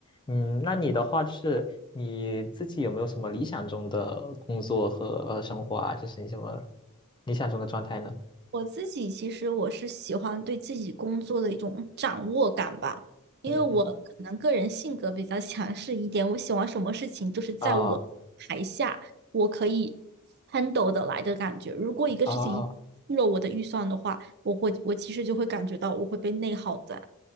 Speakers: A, on the left; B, on the right.
A: 嗯，那你的话就是你自己有没有什么理想中的工作和呃生活啊？就是你什么理想中的状态呢？
B: 我自己其实我是喜欢对自己工作的一种掌握感吧，因为我可能个人性格比较
A: 嗯哼，
B: <laughs> 强势一点，我喜欢什么事情就是在我台下我可以
A: 啊
B: handle 的来的感觉。如果一个事情超了我的预算的话，
A: 啊
B: 我会我其实就会感觉到我会被内耗在。